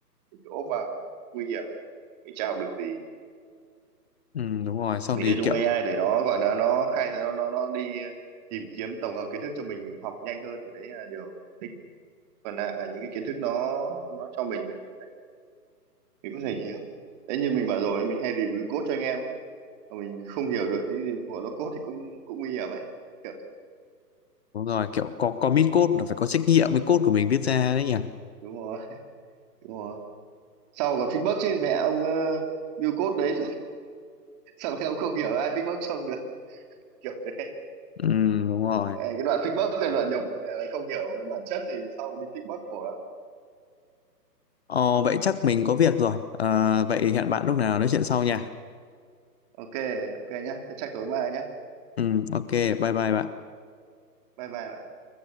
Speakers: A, on the right; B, on the left.
A: mình cứ ốp vào thì nguy hiểm ấy mình chả học được gì
B: Ừ, đúng rồi xong
A: mình
B: thì
A: sẽ dùng
B: kiểu
A: AI để nó gọi là nó khai nó nó nó đi tìm kiếm tổng hợp kiến thức cho mình học nhanh hơn thì đấy là điều thích còn lại là những cái kiến thức nó nó cho mình mình có thể mình có thể hiểu đấy như mình bảo rồi mình hay review code cho anh em mà mình không hiểu được cái gì bọn nó code thì cũng cũng nguy hiểm ấy Kiểu- thế.
B: đúng rồi kiểu có commit code là phải có trách nhiệm với code của mình viết ra đấy nhỉ
A: đúng rồi đúng rồi sau còn feedback chứ mẹ ông uh, build code đấy sao em cũng không hiểu ai fake bốc trông được <laughs> kiểu thế
B: ừ, đúng rồi
A: Ờ, cái đoạn fake bốc là đoạn nhục Ờ, không hiểu bản chất thì sau đi fake bốc khổ lắm
B: ờ, vậy chắc mình có việc rồi Ờ, vậy hẹn bạn lúc nào nói chuyện sau nha
A: ok ok nhá thế chắc tối mai nhá
B: ừ, ok bye bye bạn
A: bye bye bạn